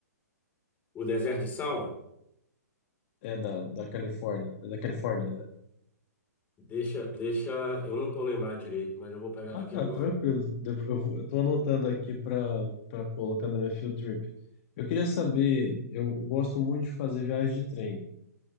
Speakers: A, on the left; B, on the left.
A: O deserto de sal,
B: É na... da Califórnia. É da Califórnia, né?
A: deixa, deixa, eu não tô lembrado direito, mas eu vou pegar
B: Ah,
A: aqui
B: tá,
A: agora.
B: tranquilo. Depo- Eu vou- eu tô anotando aqui para para colocar na minha field trip. Eu queria saber, eu gosto muito de fazer viagem de trem.